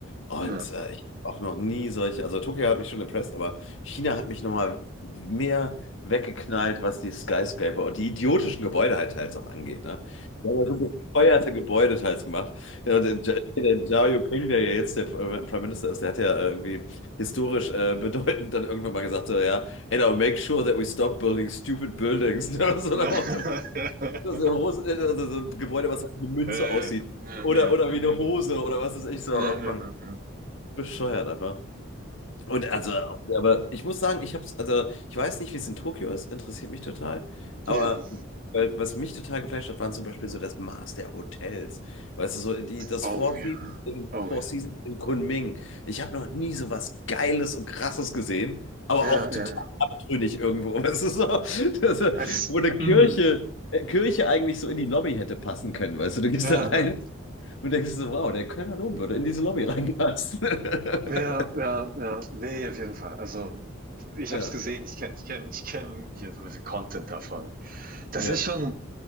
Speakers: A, on the left (about 70°); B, on the right (about 45°).
A: Und
B: Ja, ja.
A: äh, ich hab auch noch nie solche, also Tokio hat mich schon impressed, aber China hat mich nochmal mehr weggeknallt, was die Skyscraper und die idiotischen Gebäude halt teils auch angeht. Ne? Die haben ja so bescheuerte Gebäude teils gemacht. Ja, und der, Ja- der Xi Jinping, der ja jetzt der äh, Prime Minister ist, der hat ja äh, irgendwie historisch äh, bedeutend dann irgendwann mal gesagt, so, ja, and I'll make sure that we stop building stupid buildings. <laughs> Ne? So
B: <laughs>
A: nach dem Motto, das ist ja groß- äh, also so ein Gebäude, was halt wie eine Münze
B: Äh,
A: aussieht.
B: ja,
A: Oder,
B: ja,
A: oder wie eine Hose oder was ist ich so.
B: ja,
A: Oh
B: ja,
A: mein
B: ja.
A: Bescheuert einfach. Und also, aber ich muss sagen, ich hab's, also ich weiß nicht, wie es in Tokio ist, interessiert mich total. Aber
B: Ja, Ja.
A: weil, was mich total geflasht hat, waren zum Beispiel so das Maß der Hotels. Weißt du, so die, das
B: oh
A: Four
B: ja.
A: Seasons in,
B: Oh
A: Four
B: ja.
A: Seasons in Kunming. Ich habe noch nie so was Geiles und Krasses gesehen, aber
B: Ja,
A: auch total
B: ja, ja.
A: abtrünnig irgendwo. <laughs> Weißt du, so, das,
B: Es,
A: wo eine Kirche,
B: mm,
A: äh, Kirche eigentlich so in die Lobby hätte passen können. Weißt du, du gehst
B: ja,
A: da rein
B: ja,
A: und denkst so, wow, der Kölner Dom würde in diese Lobby reinpassen. <laughs>
B: Ja, ja, ja. nee, auf jeden Fall. Also, ich
A: Ja.
B: habe es gesehen, ich kenne ich kenne ich kenne hier so ein bisschen Content davon. Das
A: Ja,
B: ist schon